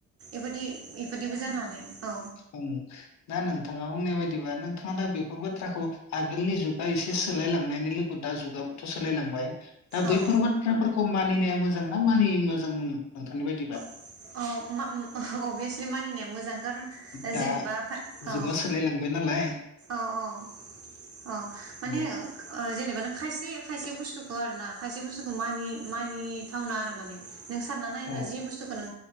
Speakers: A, on the right; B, on the left.
A: इफादि इफोरदिबो जानो हानाय औ
B: दानो दा नोंथाङा बुंनाय बायदिबा नोंथाङा दा बेफोर बाथ्राखौ आगोलनि जुगा एसे सोलायलांनायनि लोगो दा जुगाबोथ' सोलायलांबाय। दा बैफोर
A: औ
B: बाथ्राफोरखौ। मानिनाया मोजां ना मानियिनि मोजां मोन नोंथांनि बायदिबा?
A: अ म मा अभियासलि मानिनाया मोजां कारन। ओ
B: दा
A: जेनेबा खा अ
B: जुगा सोलायलांबाय नालाय
A: अ अ। अ माने
B: औ
A: ओ जेनेब <unintelligible> खायसे खायसे बुस्थुखौ आरो ना खायसे बुस्थुखौ मानि मानिथावना आरो माने। नों सानना नायोबा
B: औ
A: जि बुस्थुख ओ